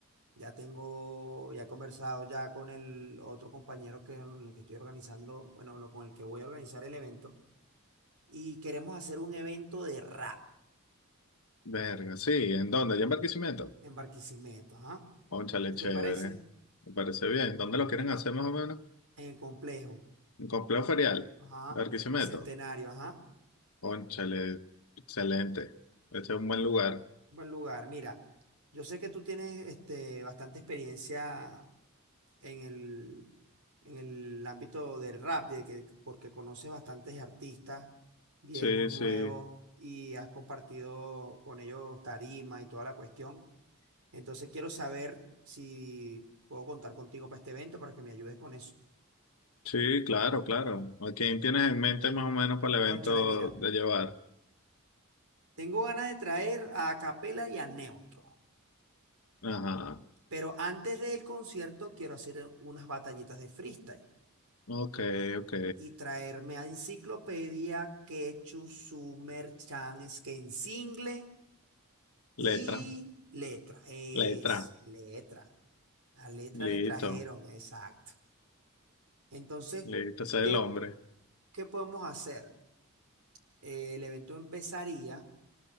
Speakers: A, on the right (about 80°); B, on the left (about 80°).
A: ya tengo, ya he conversado ya con el otro compañero que, con el que estoy organizando, bueno, lo- con el que voy a organizar el evento, y queremos hacer un evento de rap
B: Verga, sí, ¿en dónde? ¿Ya en Barquisimeto?
A: en Barquisimeto, ¿ah?
B: Cónchale,
A: ¿Qué
B: chévere.
A: te parece?
B: Me parece bien. ¿Dónde lo quieren hacer más o menos?
A: En el complejo.
B: Un complejo ferial.
A: Ajá,
B: Barquisimeto.
A: Bicentenario, ajá,
B: Cónchale, excelente. Este es un buen lugar.
A: buen lugar. Mira, yo sé que tú tienes este, bastante experiencia en el, en el ámbito del rap, de que, porque conoces bastantes artistas, viejos,
B: Sí,
A: nuevos,
B: sí.
A: y has compartido con ellos tarima y toda la cuestión. Entonces quiero saber si puedo contar contigo para este evento para que me ayudes con eso.
B: Sí, claro, claro. ¿A quién tienes en mente más o menos para el
A: Cónchale,
B: evento
A: mira,
B: de llevar?
A: tengo ganas de traer a Capela y a Neutro.
B: Ajá.
A: Pero antes del concierto quiero hacer eh, unas batallitas de freestyle
B: Ok, ok.
A: y traerme a Enciclopedia, Quechu, Sumer, Chan, single y
B: Letra,
A: letra. Es
B: letra.
A: letra. La letra
B: Listo,
A: le trajeron, exacto. Entonces,
B: listo. Ese
A: ¿qué,
B: es el hombre.
A: qué podemos hacer? Eh, el evento empezaría